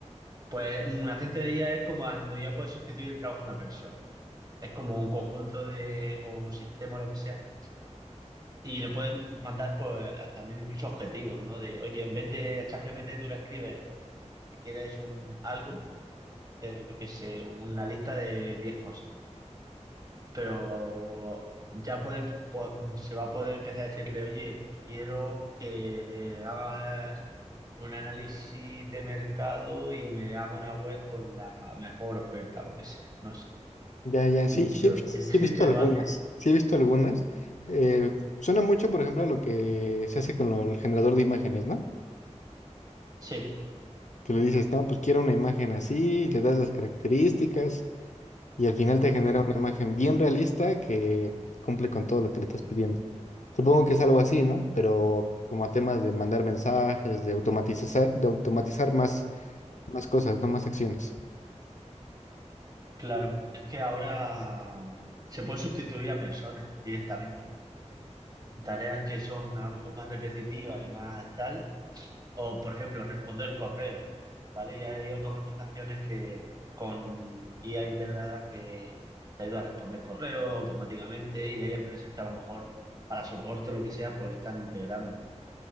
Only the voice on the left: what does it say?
Ya, ya, sí,
sí,
he
vis- sí
he visto
algunas,
sí he visto algunas. Eh, suena mucho, por ejemplo, a lo que se hace con lo- el generador de imágenes, ¿no?
Que le dices, no, pues quiero una imagen así, le das las características y al final te genera
una imagen bien realista que cumple con todo lo que le estás pidiendo. Supongo que es algo así, ¿no? Pero como a temas de mandar mensajes, de automatizar, de automatizar más, más cosas, ¿no? Más acciones.